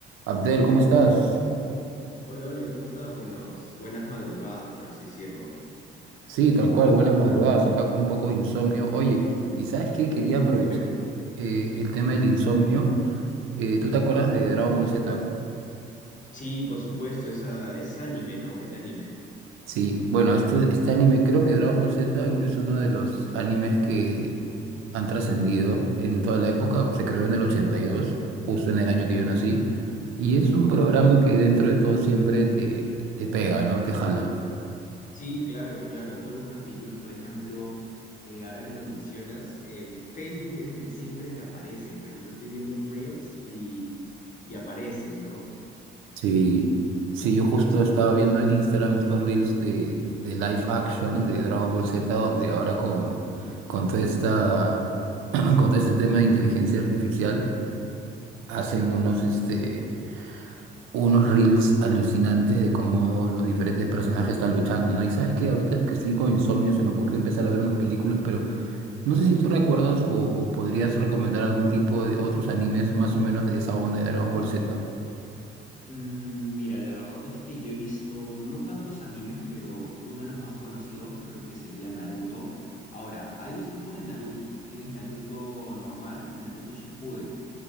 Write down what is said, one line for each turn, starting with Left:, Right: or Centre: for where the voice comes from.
Right: Abdel, ¿cómo estás?
Left: Hola Oliver, ¿cómo estás? Buenos, buenas madrugadas, por así decirlo.
Right: Sí, tal cual, buenas madrugadas, acá con un poco de insomnio. Oye, ¿y sabes qué? Quería aprovechar
Left: Dime.
Right: eh, el tema del insomnio. Eh, ¿tú te acuerdas de Dragon Ball Z?
Left: Sí, por supuesto, esa, es anime, ¿no? El anime.
Right: Sí, bueno, este, este anime, creo que Dragon Ball Z es uno de los animes que han trascendido en toda la época. Se creó en el 82, justo en el año que yo nací. Y es un programa
Left: Wow.
Right: que dentro de todo siempre te, te pega, ¿no? Te jala.
Left: Sí, claro, claro. Todos los capítulos, por ejemplo, eh, ahora que lo mencionas, en Facebook es donde siempre me aparecen. Por ejemplo, estoy viendo un Reels y, y aparecen, ¿no?
Right: Sí, sí, yo justo estaba viendo en Instagram estos reels de, de live action de Dragon Ball Z, donde ahora con, con toda esta, <clears throat> con todo este tema de inteligencia artificial, hacen unos, este, unos reels alucinantes de cómo los diferentes personajes están luchando, ¿no? Y sabes que ahorita que estoy con insomnio se me ocurrió empezar a ver unas películas, pero no sé si tú recuerdas o, o podrías recomendar algún tipo de otros animes más o menos de esa onda de Dragon Ball Z.
Left: Mm, Mira, la verdad es que yo he visto no tantos animes, pero uno de los más conocidos creo que sería Naruto. Ahora, hay dos tipos de Naruto. Tienes Naruto normal y Naruto Shippuden.